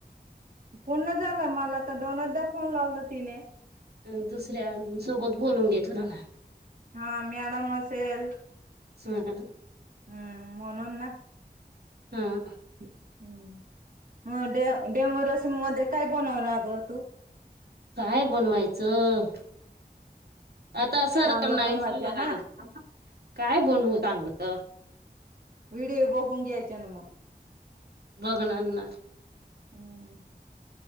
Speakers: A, on the right; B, on the right.
A: पूर्ण झाला मला तर दोनदा फोन लावल तिने
B: अ दुसऱ्यान सोबत बोलून घेतल ना
A: हा मॅडम असेल.
B: हम्म हम्म
A: हम्म म्हणून ना
B: हा.
A: हम्म ह मग डे डेब रसम मध्ये काय बनवं लाग तू
B: काय बनवायचं. आता सरांना
A: चांगलं बनवायचं
B: विचार लागेल
A: हा.
B: काय बनवू चांगलं?
A: व्हिडिओ बघून घ्यायचे ना मग
B: बघनाना
A: हम्म.